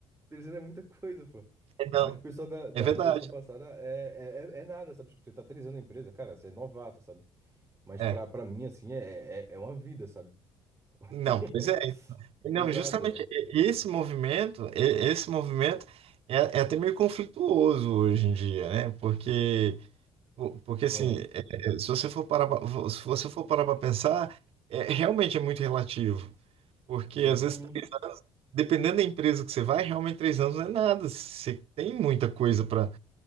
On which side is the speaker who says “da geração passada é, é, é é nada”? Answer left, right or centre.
Right